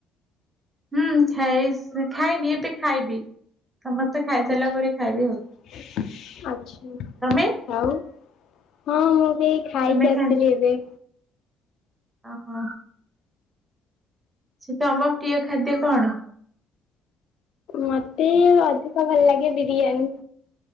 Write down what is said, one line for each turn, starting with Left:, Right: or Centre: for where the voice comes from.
Right: ହୁଁ, ଖାଇ ସି ଖାଇନି ଏବେ ଖାଇବି ସମସ୍ତେ ଖାଇସାରିଲା
Left: ଆଚ୍ଛା
Right: ପରେ ଖାଇବି ଆଉ।
Left: <unintelligible> ଆଚ୍ଛା।
Right: ତମେ
Left: ଆଉ ହଁ ମୁଁ ବି ଏଇ ଖାଇକି
Right: ତମେ ଖା
Left: ଆସିଲି ଏବେ।
Right: ଓହୋ। ସେ ତମ ପ୍ରିୟ ଖାଦ୍ୟ କଣ?
Left: ମତେ ଅଧିକ ଭଲ ଲାଗେ ବିରିୟାନୀ।